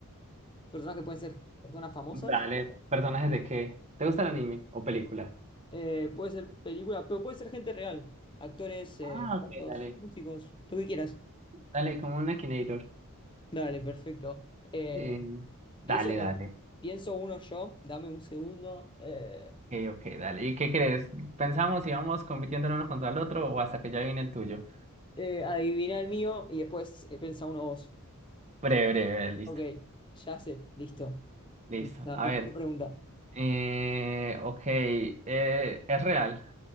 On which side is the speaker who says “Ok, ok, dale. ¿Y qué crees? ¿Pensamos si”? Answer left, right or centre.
Right